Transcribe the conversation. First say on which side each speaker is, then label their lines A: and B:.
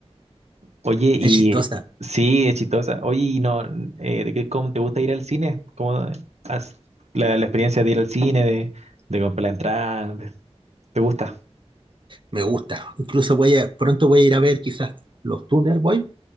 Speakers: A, on the right; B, on the right.
A: Oye, y
B: Es chistosa,
A: sí, es chistosa. Oye, y no, eh, ¿de qué, cómo te gusta ir al cine? ¿Cómo has- la, la experiencia de ir al cine, de, de comprar la entrada? de- ¿te gusta?
B: me gusta. Incluso voy a, pronto voy a ir a ver quizás los Thunder Boy.